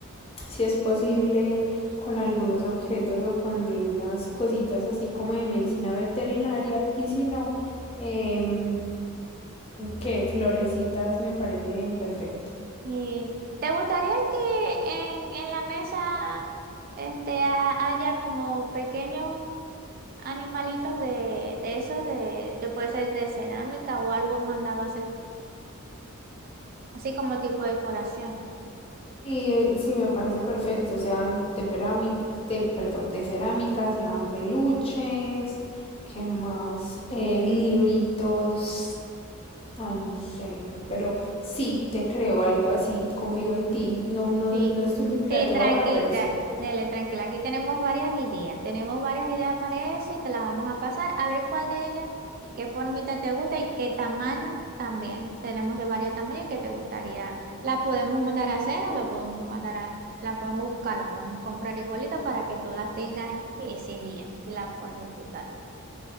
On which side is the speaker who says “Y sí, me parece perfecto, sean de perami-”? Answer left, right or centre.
Left